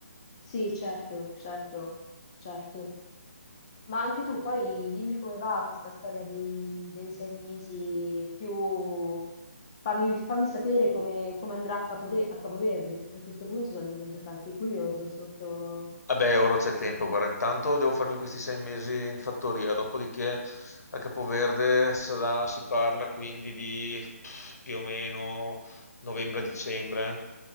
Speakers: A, on the left (about 25°); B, on the left (about 80°).
A: Sì, certo, certo, certo. Ma anche tu poi dimmi come va questa storia dei, dei sei mesi, più fammi, fammi sapere come, come andrà a Capode- a Capoverde, perché a questo punto sono diventata anche curiosa sotto
B: Vabbè, ora c'è tempo,
A: questo punto.
B: guarda, intanto devo farmi questi sei mesi in fattoria, dopodiché a Capoverde sarà- si parla quindi di pff, più o meno novembre-dicembre,